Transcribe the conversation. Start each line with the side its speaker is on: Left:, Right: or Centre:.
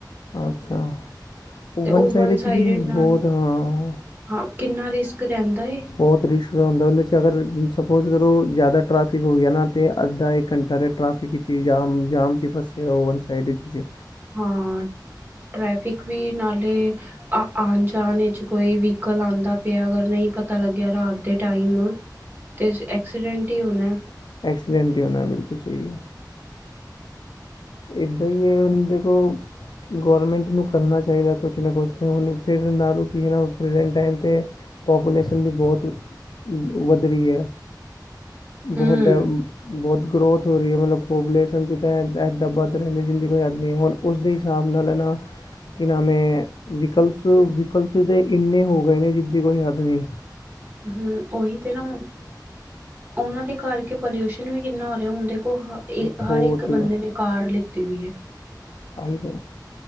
Left: ਅੱਛਾ। ਓ
Right: ਤੇ ਉਹ
Left: ਵਨ ਸਾਈਡ ਇਚ
Right: ਸਾਈਡਡ
Left: ਵੀ ਬਹੁਤ
Right: ਨਾਲ
Left: ਹਾਂ
Right: ਹਾਂ, ਕਿੰਨਾ ਰਿਸਕ ਰਹਿੰਦਾ ਏ।
Left: ਬਹੋਤ ਰਿਸਕ ਦਾ ਹੁੰਦਾ ਇੰਦੇ ਚ ਅਗਰ, ਸਪੋਜ਼ ਕਰੋ ਜਿਆਦਾ ਟਰੈਫਿਕ ਹੋ ਗਿਆ ਨਾ ਤੇ ਅੱਧਾ-ਇੱਕ ਕੰਟਾ ਦੇ ਟਰੈਫਿਕ ਇਚ ਕੀ ਜਾਮ ਜਾਮ 'ਚ ਫਸੇ ਹੋ ਵਨ ਸਾਈਡੀਡ ਇੱਚ
Right: ਹਾਂ, ਟ੍ਰੈਫਿਕ ਵੀ ਨਾਲੇ ਆ ਆਨ ਜਾਨ ਇੱਚ ਕੋਈ ਵਹੀਕਲ ਆਂਦਾ ਪਿਆ ਅਗਰ ਨਹੀਂ ਪਤਾ ਲੱਗਿਆ ਰਾਤ ਦੇ ਟਾਈਮ ਤੇ ਐਕਸੀਡੈਂਟ ਈ ਹੋਨੈ।
Left: ਐਕਸੀਡੈਂਟ ਈ ਹੋਇਐ, ਬਿਲਕੁਲ ਸਈ ਐ। ਇਦਾਂ ਈ ਐ, ਹੁਨ ਦੇਖੋ ਗੌਰਮੈਂਟ ਨੂੰ ਕਰਨਾ ਚਾਈਦਾ ਕੁਛ ਨਾ ਕੁਛ ਤਾਂ ਹੁਨ ਫਿਰ ਨਾਲੋਂ ਕੀ ਹੈ ਨਾ ਪ੍ਰੈਜੈਂਟ ਟਾਈਮ ਤੇ ਪਾਪੂਲੇਸ਼ਨ ਵੀ ਬੋਤ ਵਦ ਰਈ ਐ। ਬਹੋਤ
Right: ਹੂੰ।
Left: ਡਰ ਬਹੋਤ ਗਰੋਥ ਹੋ ਰਈ ਐ ਮਤਲਬ ਪਾਪੂਲੇਸ਼ਨ 'ਚ <unintelligible> ਦਾਂ ਵੱਧ ਰਹਿੰਦੇ ਜਿੰਦੀ ਕੋਈ ਆਦਮੀ ਹੋਨ ਉਸ ਦੇ ਹਿਸਾਬ ਨਾਲ, ਹੈਨਾ। ਕੀ ਨਾਮ ਏ ਵਿਕਲਸ ਵਿਕਲਸ ਤੇ ਇੰਨੇ ਹੋ ਗਏ ਨੇ ਜਿਦੀ ਕੋਈ ਹੱਦ ਨਈ।
Right: ਹੂੰ, ਓਹੀ ਤੇ ਨਾ। ਓਹਨਾਂ ਦੇ ਘਰ ਕਿ ਪਲਿਊਸ਼ਨ ਵੀ ਕਿੰਨਾ ਹੋ ਰਿਆ। ਹੁਨ ਦੇਖੋ
Left: ਬਹੁਤ
Right: ਹਰ ਇੱਕ ਬੰਦੇ ਨੇ ਕਾਰ ਲਿੱਤੀ ਵੀ ਐ।
Left: ਆਈ ਹੋ,